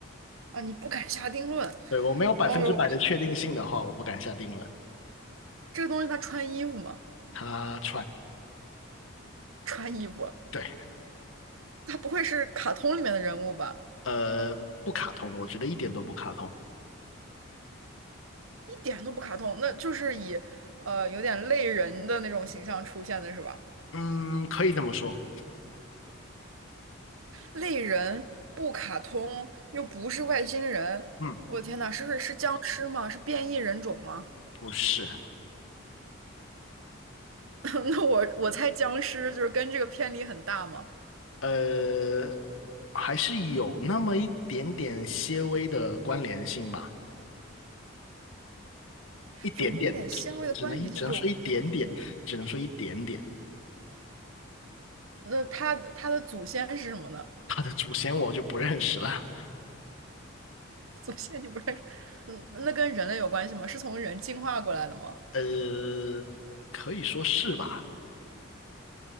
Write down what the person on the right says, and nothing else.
啊，你不敢下定论。
哦呦，
这个东西它穿衣服吗？
穿衣服，
它不会是卡通里面的人物吧？
一点都不卡通，那就是以呃有点类人的那种形象出现的是吧？
类人不卡通，又不是外星人，
我的天呐，是是僵尸吗？是变异人种吗？
<laughs> 那我我猜僵尸就是跟这个偏离很大吗？
有那么点纤维的关联性，
有关联性
那它它的祖先是什么呢？
<laughs> 祖先你不认识？嗯，那跟人类有关系吗？是从人进化过来的吗？